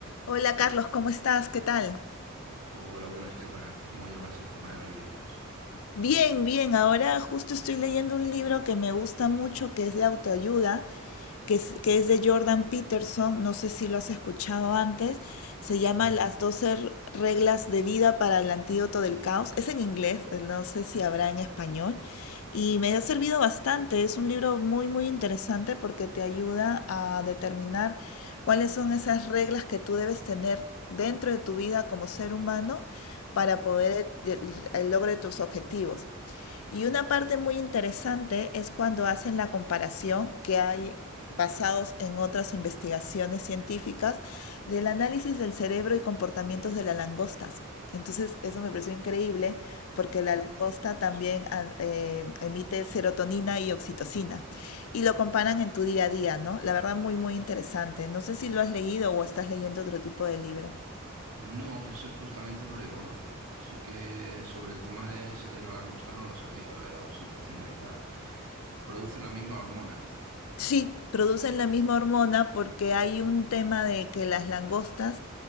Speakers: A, on the left; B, on the right.
A: Hola Carlos, ¿cómo estás? ¿Qué tal?
B: Hola, buenas, ¿qué tal? ¿Cómo llevas el tema de los libros?
A: Bien, bien. Ahora justo estoy leyendo un libro que me gusta mucho, que es de autoayuda, que es, que es de Jordan Peterson. No sé si lo has escuchado antes. Se
B: <laughs>
A: llama
B: Mm.
A: Las 12 r- reglas de vida para el antídoto del caos. Es en inglés, eh, no sé si habrá en español. Y me ha servido bastante. Es un libro muy, muy interesante porque te ayuda a determinar cuáles son esas reglas que tú debes tener dentro de tu vida como ser humano para poder el, el logro de tus objetivos. Y una parte muy interesante es cuando hacen la comparación que hay basados en otras investigaciones científicas del análisis del cerebro y comportamientos de las langostas. Entonces, eso me pareció increíble porque
B: Claro.
A: la langosta también a- eh, emite serotonina y oxitocina y lo comparan en tu día a día, ¿no? La verdad, muy, muy interesante. No sé si lo has leído o estás leyendo otro tipo de libro.
B: No, ese justamente no le conozco. Sí que sobre el tema de ese de la langosta no lo sabía, lo de la oxitocina y tal. Producen las mismas hormonas.
A: Sí, producen la misma hormona porque hay un tema de que las langostas